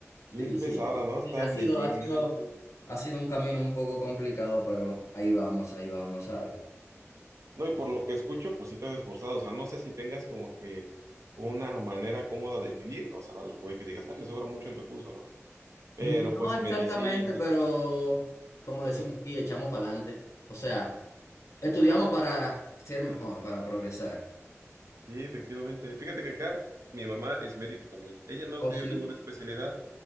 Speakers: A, on the right; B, on the left.
A: bien
B: Sí,
A: pesada,
B: sí,
A: ¿no? Estar
B: sí, ha sido,
A: leyendo.
B: ha sido, ha sido un camino un poco complicado, pero ahí vamos, ahí vamos, ¿sabes?
A: No, y por lo que escucho, pues sí te has esforzado. O sea, no sé si tengas como que una manera cómoda de vivir, o sea, a lo que voy que digas, ah, me sobra mucho el recurso, ¿no? Pero
B: No
A: pues
B: exactamente,
A: medicina.
B: pero como
A: <laughs>
B: decimos
A: Ajá.
B: aquí, echamos para adelante. O sea, estudiamos para ser mejor, para progresar.
A: Sí, efectivamente. Fíjate que acá mi mamá es médico también. Ella no
B: ¿Oh,
A: estudió
B: sí?
A: ninguna especialidad,